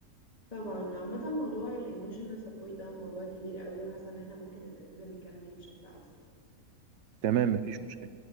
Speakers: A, on the left; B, on the right.
A: طبعا عامة موضوع الايموشنال سبورت ده موضوع كبير قوي وحاسة ان احنا ممكن نبقى ننزل نتكلم فيه بشكل اوسع
B: تمام مفيش مشكله